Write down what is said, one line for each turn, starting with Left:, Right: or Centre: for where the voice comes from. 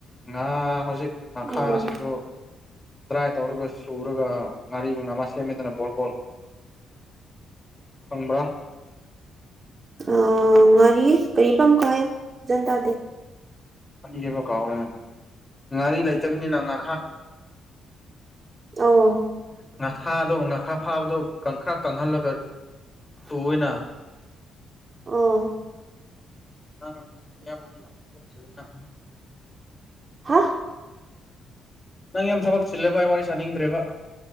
Left: ꯉꯥ ꯍꯧꯖꯤꯛ
Right: ꯎꯝ
Left: ꯈꯥꯁꯤꯡꯗꯨ ꯗ꯭ꯔꯥꯏ ꯇꯧꯔꯒ ꯁꯨꯔꯒ ꯉꯥꯔꯤꯒꯨꯝꯅ ꯑꯃ ꯁꯦꯝꯃꯦꯗꯅ ꯕꯣꯜꯕꯣꯜ ꯈꯪꯕꯔ
Right: ꯑ ꯉꯥꯔꯤꯌꯦ ꯀꯔꯤ ꯄꯥꯝꯈ ꯍꯥꯏ ꯐꯖꯟ ꯇꯥꯗꯦ
Left: ꯑꯅꯤ ꯍꯦꯕ ꯀꯥꯎꯔꯦꯅ ꯉꯥꯔꯤ ꯂꯩꯇꯕꯅꯤꯅ ꯉꯥ
Right: ꯑꯥꯎ
Left: ꯉꯥꯈꯥꯗꯣ ꯉꯥꯈꯥ ꯐꯥꯕꯗꯣ ꯀꯪꯈ꯭ꯔꯥ ꯀꯪꯍꯜꯂꯒ ꯁꯅ
Right: ꯑꯥ
Left: ꯅꯪ ꯌꯥꯝ ꯅꯪ ꯊꯂꯛꯁꯤꯅ
Right: ꯍꯥ
Left: ꯅꯪ ꯌꯥꯝ ꯊꯕꯛ ꯆꯤꯜꯂꯦ ꯚꯥꯏ ꯋꯥꯔꯤ ꯁꯥꯅꯤꯡꯗ꯭ꯔꯦꯕ